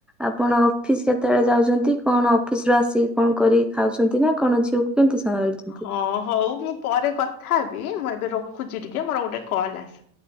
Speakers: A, in the centre; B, on the left.
A: ଆପଣ ଅଫିସ କେତେବେଳେ ଯାଉଛନ୍ତି କଣ ଅଫିସ ରୁ ଆସିିକି କଣ କରି ଖାଉଛନ୍ତି ନା କଣ ଝିଅକୁ କେମିତି ସାଙ୍ଗ <unintelligible>
B: ହଁ ହଉ ମୁଁ ପରେ କଥା ହେବି ମୁଁ ଏବେ ରଖୁଛି ଟିକେ ମୋର ଗୋଟେ କଲ୍ ଆସି